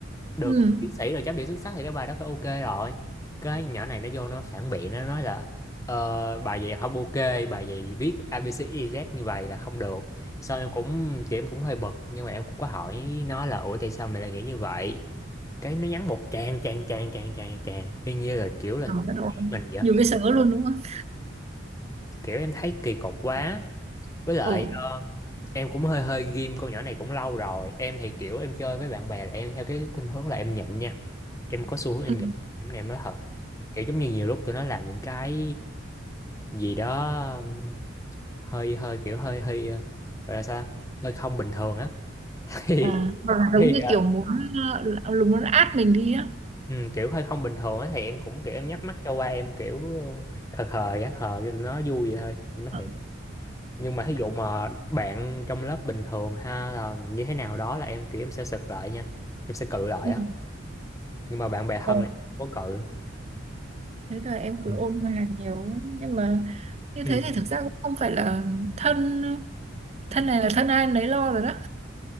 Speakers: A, on the left; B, on the right.
A: được
B: ừ,
A: tiến sĩ được chấm điểm xuất sắc thì cái bài đó phải ok rồi cái nhỏ này nó vô nó phản biện nó nói là ờ, bài vậy không ok bài vậy viết a ABCDZ như vậy là không được sau em cũng chị em cũng hơi bực nhưng mà em cũng có hỏi nó là ủa tại sao mày lại nghĩ như vậy cái nó nhắn một tràng tràng tràng tràng tràng tràng y như là kiểu là
B: ờ, bất
A: chỉ
B: ổn.
A: mình vậy
B: Nhiều cái sở luôn đúng không?
A: kiểu em thấy kỳ cục quá với lại
B: Ừ,
A: em cũng hơi hơi ghim con nhỏ này cũng lâu rồi em thì kiểu em chơi với bạn bè là em theo cái khuynh hướng là em nhịn nha em có xu hướng em
B: ừ.
A: nhịn em này em nói thật kiểu giống như nhiều lúc tụi nó làm những cái gì đó um, hơi hơi kiểu hơi hơi ờ, gọi là sao hơi không bình thường á <laughs> thì
B: Ờ, hoặc là giống
A: thì
B: như
A: ờ,
B: kiểu muốn ờ, là- là muốn át mình đi á.
A: ừ, kiểu hơi không bình thường á thì em cũng kiểu em nhắm mắt cho qua em kiểu ờ, khờ khờ gã khờ cho tụi nó vui vậy thôi em nói
B: Ờ,
A: thiệt nhưng mà thí dụ mà bạn trong lớp bình thường ha là như thế nào đó là em kiểu em sẽ sực lại nha em sẽ cự lại
B: ừ.
A: á nhưng mà bạn bè thân
B: Ờ.
A: là em không có cự
B: thế là em cũng
A: ừ.
B: ôn hòa nhiều lắm. nhưng mà như
A: Ừ.
B: thế thì thực ra cũng không phải là thân thân này là thân ai nấy lo rồi đó